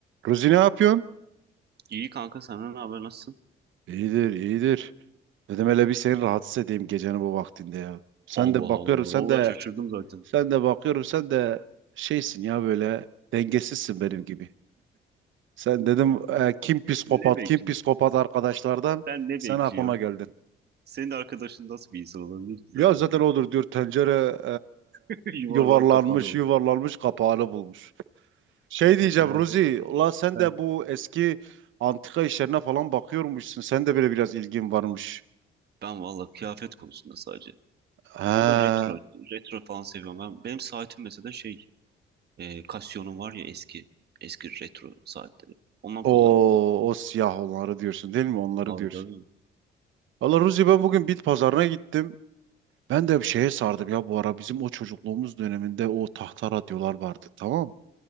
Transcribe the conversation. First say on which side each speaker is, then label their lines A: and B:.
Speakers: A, on the right (about 75°); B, on the right (about 55°).
A: Ruzi ne yapıyorsun?
B: İyi kanka senden ne haber nasılsın?
A: İyidir, iyidir. Dedim hele bir seni rahatsız edeyim gecenin bu vaktinde ya. Sen
B: Allah
A: de bakıyorum,
B: Allah.
A: sen
B: Vallahi
A: de
B: şaşırdım zaten.
A: sen de bakıyorum, sen de şeysin ya böyle dengesizsin benim gibi. Sen dedim e, kim psikopat,
B: Ne bekliyor?
A: kim psikopat arkadaşlardan
B: Sen ne
A: sen
B: bekliyorsun?
A: aklıma geldin.
B: Senin arkadaşın nasıl bir insan olabilir ki zaten?
A: Ya zaten odur diyor tencere
B: <laughs> Yuvarlan
A: e, yuvarlanmış,
B: kafana oluyor.
A: yuvarlanmış kapağını bulmuş. Şey diyeceğim
B: Ee,
A: Ruzi, ula sen
B: he.
A: de bu eski antika işlerine falan bakıyormuşsun. Sen de böyle biraz ilgin varmış.
B: Ben vallahi kıyafet konusunda sadece.
A: He.
B: O da retro. Retro falan seviyorum. Ben, benim saatim mesela şey. E, Casio'nun var ya eski. Eski retro saatleri. Ondan
A: O,
B: kullanıyorum. ben.
A: o siyah olanları diyorsun değil mi? Onları
B: Tabii
A: diyorsun.
B: tabii.
A: Valla Ruzi ben bugün bit pazarına gittim. Ben de bir şeye sardım ya bu ara. Bizim o çocukluğumuz döneminde o tahta radyolar vardı tamam.